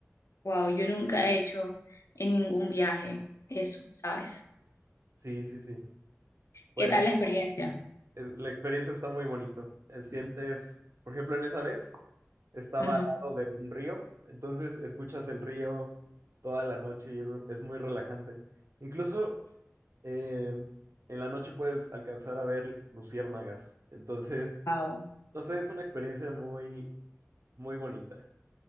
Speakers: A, on the left (about 70°); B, on the right (about 60°).
A: Wow, yo nunca he hecho en ningún viaje eso, ¿sabes?
B: Sí, sí, sí. Pues
A: ¿Qué tal la experiencia?
B: es- la experiencia está muy bonito. Eh, Sientes, por ejemplo, en esa vez estaba
A: Ujú,
B: al lado de un río, entonces escuchas el río toda la noche y es, es muy relajante. Incluso eh, en la noche puedes alcanzar a ver luciérnagas. Entonces,
A: Wow,
B: no sé, es una experiencia muy, muy bonita.